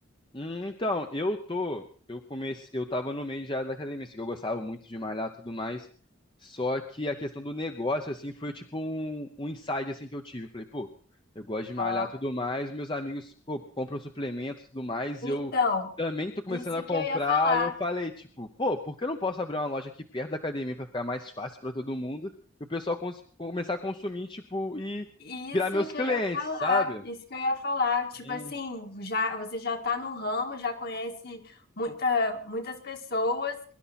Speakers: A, on the left; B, on the left.
A: Hum, Então, eu tô, eu comecei, eu tava no meio já da academia, assim, que eu gostava muito de malhar e tudo mais. Só que a questão do negócio, assim, foi tipo um, um insight, assim, que eu tive. Eu falei, pô, eu gosto de malhar
B: Ah,
A: e tudo mais, meus amigos, pô, compram suplementos e tudo mais,
B: Então,
A: eu também tô começando
B: isso
A: a comprar.
B: que eu ia falar.
A: E eu falei, tipo, pô, por que eu não posso abrir uma loja aqui perto da academia pra ficar mais fácil pra todo mundo? E o pessoal cons- começar a consumir, tipo, e
B: Isso
A: virar meus
B: que
A: clientes,
B: eu ia falar,
A: sabe?
B: isso que eu ia falar. Tipo
A: Hum,
B: assim, já você já tá no ramo, já conhece muita, muitas pessoas,